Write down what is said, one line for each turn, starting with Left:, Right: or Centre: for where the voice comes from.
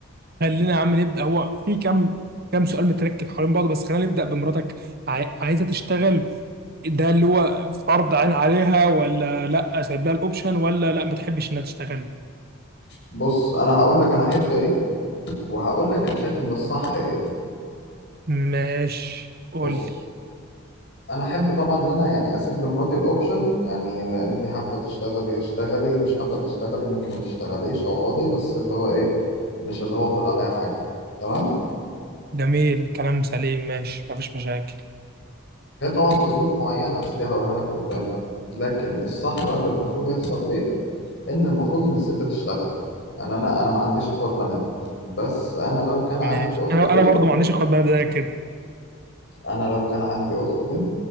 Right: خلينا يا عم نبدا هو في كام كام سؤال متركب حوالين بعضه بس خلينا نبدا بمراتك عاي- عايزه تشتغل ده اللي هو فرض عين عليها ولا لا سايب لها الاوبشن ولا لا ما تحبش انها تشتغل
Left: بص أنا هقول لك أنا أحب إيه وهقول لك أنا شايف إن الصح إيه
Right: ماشي قول
Left: بص
Right: لي
Left: أنا أحب طبعا إن أنا يعني أسيب لمراتي الأوبشن يعني أنت حابة تشتغلي اشتغلي مش حابة تشتغلي ممكن ما تشتغليش اقعدي بس اللي هو إيه مش اللي هو أفرض عليها حاجة تمام
Right: جميل كلام سليم ماشي ما فيش مشاكل
Left: غير طبعا في ظروف معينة بس دي هقولها لك قدام بقى لكن الصح بقى اللي المفروض يحصل ايه ان المفروض ان الست تشتغل يعني انا انا ما عنديش اخوات بنات بس انا لو كان عندي
Right: ماشي
Left: اخت
Right: انا
Left: بنت
Right: انا برضه ما عنديش اخد بالي زي كده
Left: انا لو كان عندي اخت بنت